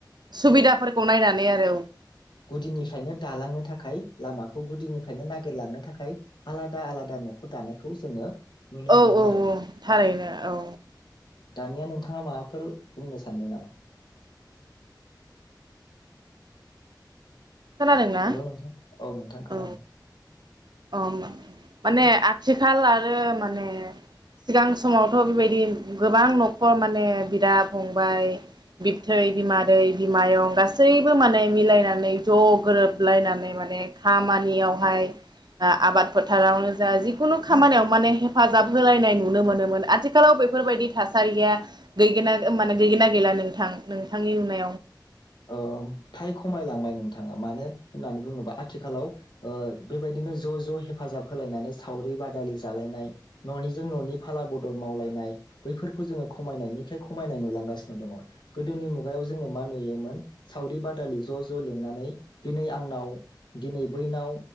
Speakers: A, on the right; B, on the left.
A: सुबिदाफोरखौ नायनानै आरो
B: निफ्रायनो दालांनो थाखाय लामाखौ गुदिनिफ्रायनो नागिरलांनो थाखाय आलादा आलादा न'खौ दानायखौ जोङो नुनो
A: औ औ
B: मोनो आरो नोंथां
A: औ थारैनो औ।
B: दानिया नोंथाङा माबाफोर बुंनो सानदों नामा?
A: खोनादोंना?
B: हेल' नोंथां नोंथां खोनादों
A: औ औ माने आथिखाल आरो मा माने सिगां समावथ' बेबायदि गोबां न'खर माने बिदा फंबाय बिबथै बिमादै बिमायं गासैबो माने मिलायनानै ज' गोरोबलायनानै माने खामानियावहाय ओ आबाद फोथारावनो जा जिखुनु खामानियाव माने हेफाजाब होलायनाय नुनो मोनोमोन आथिखालाव बेफोरबायदि थासारिया गैगोना ओ माने गैगोना गैला नोंथां नोंथांनि नुनाय
B: ओ फ्राय खमायलांबाय नों थां मानो होननानै बुङोबा आथिखालाव ओ बेबायदिनो ज' ज' हेफाब हायनानै सावरि बादालि जालानाय न'निजों ननि फाला बदल मावलायनाय बैफोरखौ जोङो खमायनायनिफ्राय खमायनाय नुलांगासिनो दं। जोङो मा नुयोमोन सावरि बादालि ज' ज' लिंनानै दिनै आंनाव दिनै बैनाव